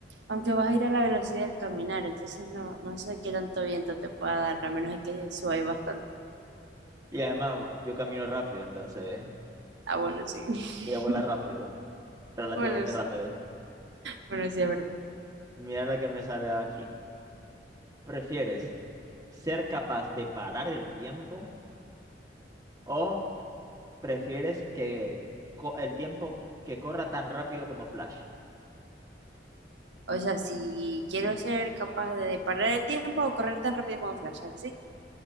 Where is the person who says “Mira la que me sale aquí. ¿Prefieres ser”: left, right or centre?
Right